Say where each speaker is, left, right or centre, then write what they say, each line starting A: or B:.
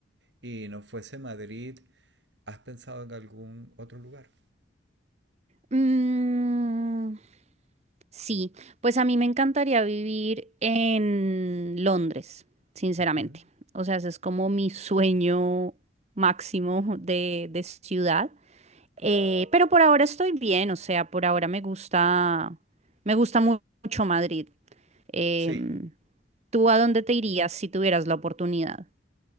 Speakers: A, on the right; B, on the right.
A: y no fuese Madrid, ¿has pensado en algún otro lugar?
B: Mm, sí, pues a mí me encantaría vivir en Londres, sinceramente.
A: Ujú.
B: O sea, ese es como mi sueño máximo de, de ciudad. Eh, pero por ahora estoy bien, o sea, por ahora me gusta, me gusta mu- mucho Madrid. Em,
A: Sí.
B: ¿tú a dónde te irías si tuvieras la oportunidad?